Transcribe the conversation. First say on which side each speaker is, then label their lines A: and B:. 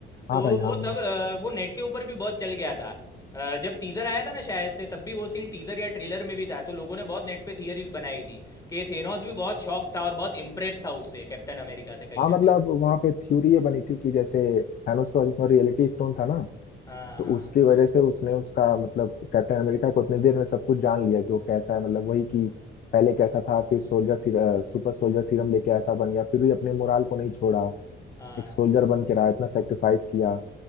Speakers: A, on the left (about 15°); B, on the left (about 45°).
A: तो
B: हाँ भाई हाँ
A: वो
B: हाँ
A: तब अ, वो नेट के ऊपर भी बहुत चल गया था अ, जब टीजर आया था ना शायद से तब भी वो सीन टीजर या ट्रेलर में भी था तो लोगों ने बहुत नेट पे थियरीज बनाई थी कि थेनोस भी बहुत शॉक था और बहुत इम्प्रेस था उससे कैप्टन अमेरिका से कहीं
B: हाँ
A: ना
B: मतलब
A: कहीं
B: वहाँ पे थ्योरी ये बनी थी कि जैसे थानोस का उसमें रियलिटी स्टोन था ना
A: हाँ
B: तो
A: हाँ
B: उसकी वजह से उसने उसका मतलब कैप्टन अमेरिका को उतने देर में सब कुछ जान लिया कि वो कैसा है मतलब वही कि पहले कैसा था फिर सोल्जर सुपर सोल्जर सीरम लेके ऐसा बन गया फिर भी अपने मोराल को नहीं छोड़ा
A: हाँ
B: एक सोल्जर बन के रहा इतना सेक्रीफाइस किया